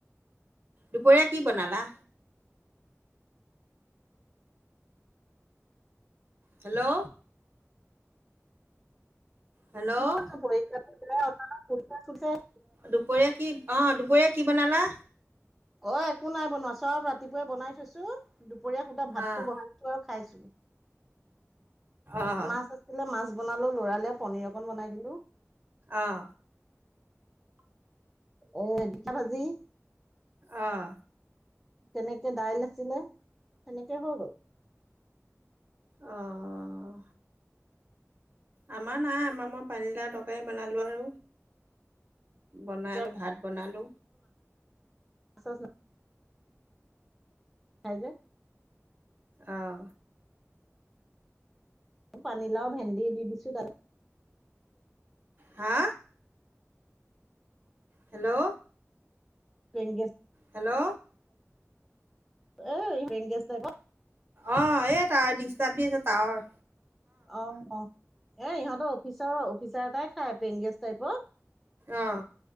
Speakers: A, on the right; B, in the centre.
A: দুপৰীয়া কি বনালা? হেল্ল'! হেল্ল'
B: উ মইতো প <unintelligible>
A: দুপৰীয়া কি অ দুপৰীয়া কি বনালা।
B: অ একো নাই বনোৱা চব ৰাতিপুৱাই বনাই থৈছো, দুপৰীয়া সুদা ভাতটো
A: অঁ
B: বনাইছো আৰু খা খাইছো,
A: অঁ
B: মাছ আছিলে মাছ বনালো লৰালে পনীৰৰ অকন বনাই দিলো।
A: অহ।
B: এ ঢেকীয়া ভাজি।
A: অহ।
B: কেনেকে দাইল আছিলে, সেনেকে হৈ গ'ল।
A: অহ। আমাৰ নাই আমাৰ মই পানী দালি তৰকাৰে বনালো আৰু। বনাইলোঁ
B: এতিয়া
A: ভাত বনালোঁ।
B: আ নাই যে <unintelligible>
A: অহ।
B: পানীলাও ভেন্দি দি দিছো তাতে।
A: হা! হেল্ল'!
B: কেন গেছ।
A: হেল্ল'।
B: অ হেং গেছ তাইপৰ।
A: অ এই তাৱ ডিষ্টাৰ্ব দি আছে তাৱৰ।
B: আহ অ, এ ইহঁতৰ অফিচাৰৰ অফিচাৰ এটাই খায় পেংগেছ টাইপত।
A: অহ।